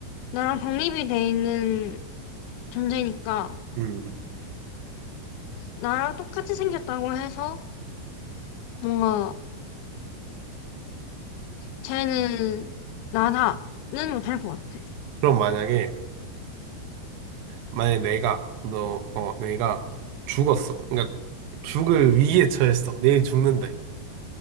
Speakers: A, on the left; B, on the right.
A: 나랑 독립이 돼 있는 존재니까
B: 음.
A: 나랑 똑같이 생겼다고 해서 뭔가 쟤는 나라는 못할 것 같아.
B: 그럼 만약에 만약에 내가 너 어 내가 죽었어. 그러니까 죽을 위기에 처했어. 내일 죽는데.